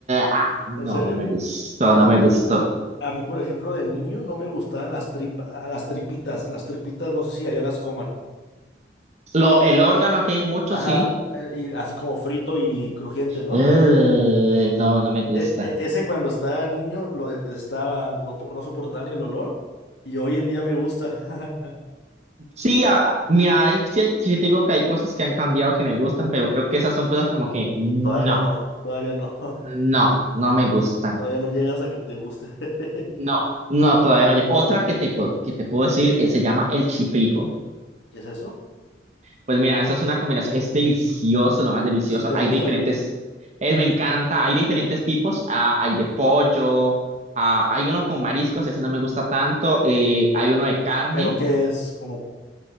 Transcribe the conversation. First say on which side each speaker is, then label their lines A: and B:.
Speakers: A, on the right; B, on the left.
A: "Ah, no,
B: ¿En serio?
A: no me gustó,
B: Fíjate,
A: no me gustó.
B: a mí, por ejemplo, de niño no me gustaban las tripas, las tripitas. Las tripitas, no sé si allá las coman.
A: Lo, el órgano aquí hay mucho,
B: Ajá,
A: sí.
B: eh, y así como frito y crujiente, ¿no?
A: Eh, no, no me gusta.
B: E- e- ese cuando estaba niño lo detestaba, no, po- no soportaba ni el olor. Y hoy en día me gusta. <laughs>
A: Sí, a- a- mira, ahí sí, hay- sí te digo que hay cosas que han cambiado que me gustan, pero creo que esas son cosas como que no,
B: Todavía no, todavía no. <laughs>
A: no, no me gustan.
B: Todavía no llegas a que te guste. <laughs>
A: No, no, todavía no. lle- Otra que te, pu- que te puedo decir, eh, se llama el chifrijo.
B: ¿Qué es eso?
A: Pues mira, eso es una combinación, es delicioso, lo más delicioso.
B: Eso sí te
A: Hay
B: gusta.
A: de diferentes, eh, me encanta, hay de diferentes tipos, ah, hay de pollo, ah, hay uno con mariscos, ese no me gusta tanto, eh, hay uno de carne.
B: Pero que es como,